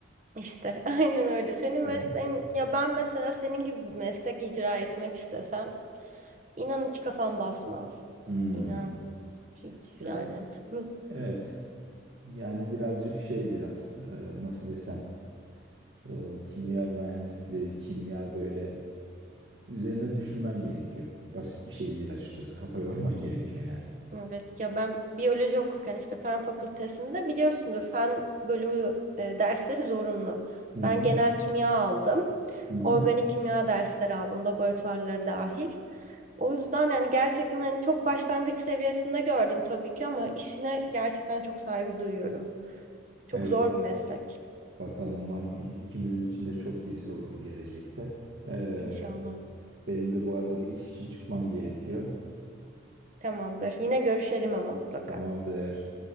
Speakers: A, on the right; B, on the right.
A: İşte <laughs> aynen öyle. Senin mesleğin
B: Evet.
A: ya ben mesela senin gibi bir meslek icra etmek istesem inan hiç kafam basmaz.
B: Hmm.
A: İnan hiç
B: E,
A: yani. Mü-
B: evet yani birazcık şey biraz e, nasıl desem e, kimya mühendisliği kimya böyle Üzerinde düşünmen gerekiyor. Basit bir şey değil açıkçası. Kafa yorman gerekiyor yani.
A: Evet ya ben biyoloji okurken işte fen fakültesinde biliyorsundur fen bölümü e, dersleri zorunlu.
B: Hı hı.
A: Ben genel kimya aldım.
B: Hı hı.
A: Organik kimya dersleri aldım laboratuvarları dahil. O yüzden yani gerçekten hani çok başlangıç seviyesinde gördüm tabii ki ama işine gerçekten çok saygı duyuyorum. Çok
B: Evet,
A: zor
B: evet.
A: bir meslek.
B: Bakalım umarım ikimizin için de çok iyisi olur gelecekte. Ee,
A: İnşallah.
B: benim de bu arada bir iş için çıkmam gerekiyor.
A: Tamamdır. Yine görüşelim ama mutlaka.
B: Tamamdır.